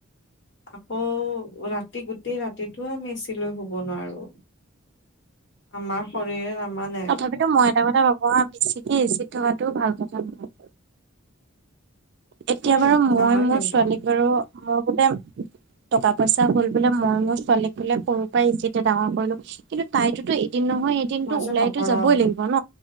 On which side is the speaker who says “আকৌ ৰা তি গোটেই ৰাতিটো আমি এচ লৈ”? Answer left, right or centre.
Left